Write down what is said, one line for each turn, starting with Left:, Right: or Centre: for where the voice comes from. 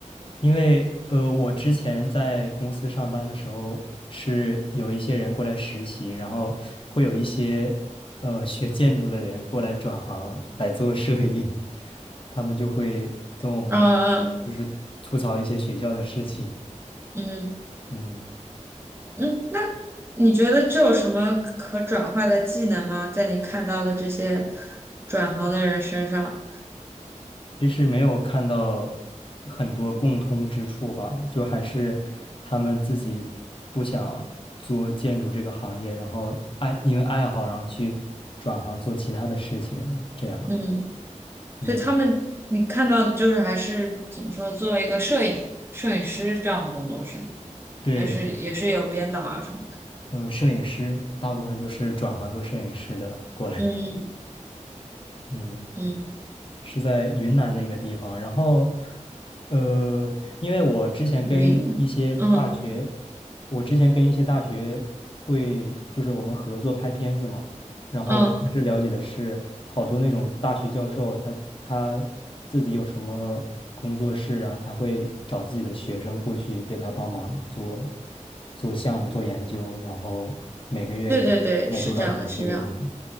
Left: 因为呃，我之前在公司上班的时候，是有一些人过来实习，然后会有一些呃学建筑的人过来转行来做摄影，他们就会跟我们
Right: 嗯嗯，
Left: 就是吐槽一些学校的事情。
Right: 嗯
Left: 嗯。
Right: 嗯，你觉得这有什么可转化的技能吗？在你看到的这些转行的人身上，
Left: 其实没有看到很多共通之处吧，就还是他们自己不想做建筑这个行业，然后爱，因为爱好，然后去转行做其他的事情，这样。
Right: 嗯，
Left: 嗯，
Right: 所以他们你看到的就是还是怎么说，作为一个摄影摄影师这样的工作是吗
Left: 对，
Right: 还是也是有编导啊什么的？
Left: 呃，摄影师大部分都是转行做摄影师的过来。
Right: 嗯
Left: 嗯。
Right: 嗯，
Left: 是在云南那个地方。然后，呃，因为我之前跟一些大嗯学，
Right: 云，嗯
Left: 我之前跟一些大学会，就是我们合作拍片子嘛。然后我当时了解的是，
Right: 嗯，
Left: 好多那种大学教授他，他自己有什么工作室，然后他会找自己的学生过去给他帮忙做做项目、做研究，然后每个月给卖多少钱这个样子。
Right: 对对对，是这样的，是这样的